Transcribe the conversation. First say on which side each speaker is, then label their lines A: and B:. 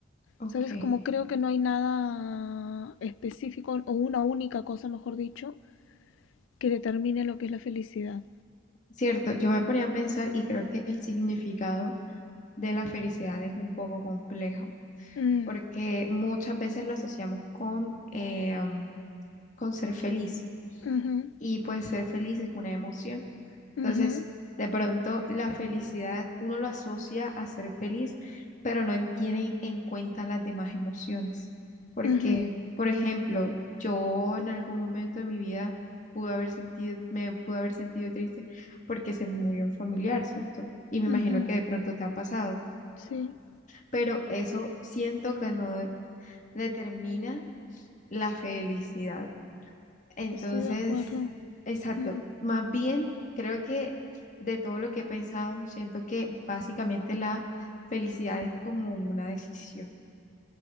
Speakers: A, on the left (about 40°); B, on the left (about 75°).
A: ok.
B: ¿Sabes? Como creo que no hay nada específico o una única cosa, mejor dicho, que determine lo que es la felicidad.
A: Cierto, yo me ponía a pensar y creo que el significado de la felicidad es un poco complejo.
B: Mm,
A: porque muchas veces lo asociamos con, eh, um, con ser feliz
B: Ujú,
A: y pues ser feliz es una emoción.
B: ujú,
A: Entonces, de pronto la felicidad uno lo asocia a ser feliz, pero no tiene en cuenta las demás emociones, porque,
B: ujú,
A: por ejemplo, yo en algún momento de mi vida pude haber sentido, me pude haber sentido triste porque se me murió un familiar, ¿cierto? Y me imagino
B: ujú.
A: que de pronto te ha pasado,
B: Sí,
A: pero eso siento que no, determina la felicidad. Entonces,
B: estoy de acuerdo.
A: exacto.
B: Mm,
A: Más bien, creo que de todo lo que he pensado, siento que básicamente la felicidad es como una decisión.